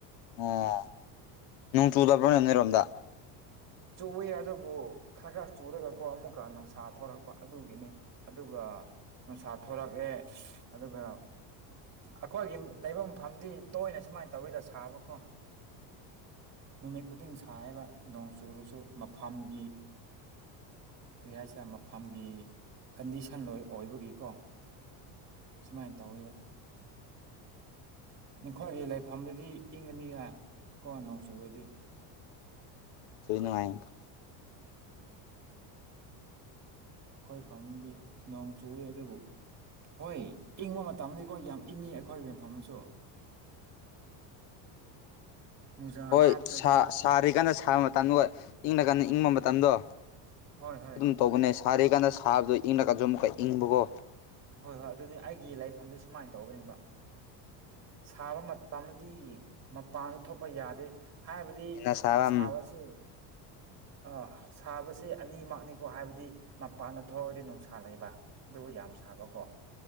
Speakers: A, on the left; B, on the right.
A: ꯑꯣ ꯅꯅꯨꯡ ꯆꯨꯗꯕ꯭ꯔꯣ ꯅ ꯅꯩꯔꯣꯝꯗ
B: ꯆꯨꯏ ꯑꯗꯨꯕꯨ ꯈꯔ ꯈꯔ ꯆꯨꯔꯒꯀꯣ ꯑꯃꯨꯛꯀ ꯅꯨꯡꯁꯥ ꯊꯣꯔꯛꯄ ꯑꯗꯨꯒꯤꯅꯤ ꯑꯗꯨꯒ ꯅꯨꯡꯁꯥ ꯊꯣꯔꯛꯑꯦ ꯑꯗꯨꯒ ꯑꯩꯈꯣꯏꯒꯤ ꯂꯩꯐꯝ ꯃꯐꯝꯗꯤ ꯇꯣꯏꯅ ꯁꯨꯃꯥꯏꯅ ꯇꯧꯋꯤꯗ ꯁꯥꯕꯀꯣ ꯅꯨꯃꯤꯠ ꯈꯨꯗꯤꯡ ꯁꯥꯕ ꯅꯣꯡ ꯆꯨꯔꯁꯨ ꯃꯐꯝꯒꯤ ꯀꯔꯤ ꯍꯥꯏꯁꯦ ꯃꯐꯝꯒꯤ ꯀꯟꯗꯤꯁꯟ ꯂꯣꯏ ꯑꯣꯏꯕꯒꯤꯀꯣ ꯁꯨꯃꯥꯏꯅ ꯇꯧꯋꯕ ꯅꯈꯣꯏꯒꯤ ꯂꯥꯏꯐꯝꯗꯗꯤ ꯏꯪꯉꯅꯤ ꯌꯥ ꯀꯣ ꯅꯣꯡ ꯆꯨꯔꯗꯤ
A: ꯁꯣꯏꯅꯅꯨꯡꯉꯥꯏ
B: ꯑꯩꯈꯣꯏ ꯐꯝꯗꯤ ꯅꯣꯡ ꯆꯨꯏ ꯑꯗꯨꯕꯨ ꯍꯣꯏ ꯏꯪꯕ ꯃꯇꯝꯗꯤꯀꯣ ꯌꯥꯝ ꯏꯪꯉꯤ ꯑꯩꯈꯣꯏꯒꯤ ꯌꯦꯟꯐꯝꯅꯁꯨ ꯃꯨꯖꯥ
A: ꯍꯣꯏ
B: ꯍꯥꯞꯇꯗ
A: ꯁꯥꯔꯤ ꯀꯥꯟꯟꯅ ꯁꯥꯕ ꯃꯇꯝꯗꯣ ꯍ ꯏꯪꯅ ꯀꯟꯅ ꯏꯪꯕ ꯃꯇꯝꯗꯣ
B: ꯍꯣꯏ ꯍꯣꯏ
A: ꯑꯗꯨꯝ ꯇꯧꯕꯅꯦ ꯁꯥꯔꯤꯀꯥꯟꯗ ꯁꯥꯕꯗꯨꯣ ꯏꯪꯂꯒꯖꯝꯨꯛꯀ ꯏꯪꯕꯀꯣ
B: ꯍꯣꯏ ꯍꯣꯏ ꯑꯗꯨꯅꯤ ꯑꯩꯒꯤ ꯂꯥꯏꯔꯤꯛꯐꯝꯁꯦ ꯁꯨꯃꯥꯏꯅ ꯇꯧꯒꯅꯦꯕ ꯁꯥꯕ ꯃꯇꯝꯗꯤ ꯃꯄꯥꯟꯁꯨ ꯊꯣꯛꯄ ꯌꯥꯗꯦ ꯍꯥꯏꯕꯗꯤ
A: ꯍꯦꯟꯅ ꯁꯥꯕ
B: ꯁꯥꯕꯁ
A: ꯎꯝ
B: ꯑ ꯁꯥꯕꯕꯁꯤ ꯑꯅꯤꯃꯛꯅꯤꯀꯣ ꯍꯥꯏꯕꯗꯤ ꯃꯄꯥꯟꯗ ꯊꯣꯛꯑꯒꯗꯤ ꯅꯨꯡꯁꯥ ꯂꯩꯕ ꯑꯗꯨꯕꯨ ꯌꯥꯝ ꯁꯥꯕꯀꯣ